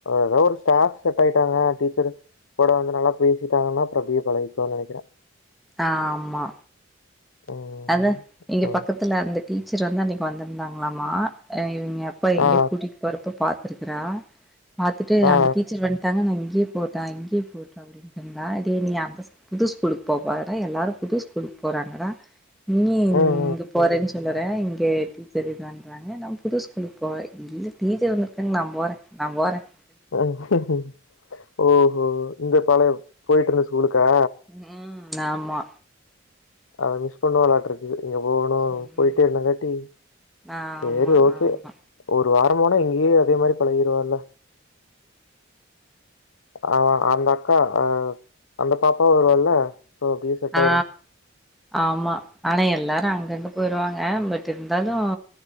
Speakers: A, on the left; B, in the centre.
A: ஏதோ ஒரு ஸ்டாப் செட் ஆயிட்டாங்க டீச்சர் கூட வந்து நல்லா பேசிட்டாங்கன்னா பிரபியை பழைக்கும்னு நினை அ
B: ஆஹ் ஆமா
A: ம்.
B: அதான் இங்க
A: ம்.
B: பக்கத்துல அந்த டீச்சர் வந்து அன்னைக்கு வந்திருந்தாங்களாமா இவிங்க அப்பா எங்கேயோ
A: ஆ.
B: கூட்டிட்டு போறப்ப பாத்து இருக்கிறா பாத்துட்டு
A: ஆ.
B: அந்த டீச்சர் வந்துட்டாங்கனு இங்க இங்கேயே போட்டான் இங்கேயே போட்டான் அப்டின்னு சொன்னா அதே நீ அந்த புது ஸ்கூலுக்கு போப்போறடா எல்லாரும் புது ஸ்கூலுக்கு போறாங்கடா நீ இங்கு
A: ம்.
B: போறேன்னு சொல்ல இங்க டீச்சர் இதுண்றாங்க நான புது ஸ்கூலுக்கு போன் இல்ல டீச்சர் வந்துருக்கங்க நான போறேன் நான போறேன்
A: உஹம் ம் ஓஹோ இந்த பழைய போயிட்டு இருந்து ஸகூலுக்கா
B: உம் ஆமா
A: அது மிஸ் பண்ணுவலாட் இருக்கு இங்க போணும்
B: ம்
A: போயிட்டாம்ங்கட்டி
B: ஆமா
A: சரி ஓகே
B: ஆமா
A: ஒரு வாரம் போனா இங்கயு அதே மாரி பழகிருவால்ல ஆ அந்த அக்கா ஆ அந்த பாப்பாவு வருவால்ல அப்படியே செட்
B: ஆ
A: ஆயிடும்
B: ஆமா ஆனா எல்லாரும் அங்கங்க போயிருவாங்க பட் இருந்தாலும்